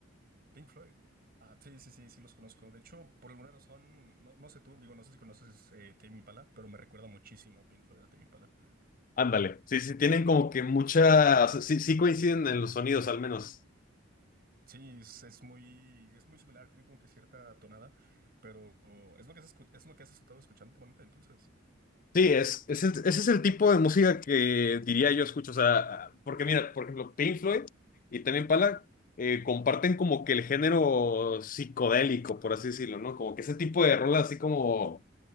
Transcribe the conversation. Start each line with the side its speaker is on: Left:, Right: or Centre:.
Right: Pink Floyd. Ah, sí, sí, sí, sí los conozco. De hecho, por alguna razón, no, no sé tú, digo, no sé si conoces eh, Tame Impala, pero me recuerda muchísimo a Pink Floyd, a Tame Impala.
Left: ándale. Sí, sí, tienen como que mucha, sí, sí coinciden en los sonidos al menos.
Right: Sí, es, es muy, es muy similar, tiene como que cierta tonada, pero oh, es lo que has, escu- es lo que has estado escuchando últimamente, entonces.
Left: Sí, es, es el- ese es el tipo de música que diría yo escucho. O sea, porque mira, por ejemplo, Pink Floyd y también Pala eh, comparten como que el género psicodélico, por así decirlo, ¿no? Como que ese tipo de rolas así como,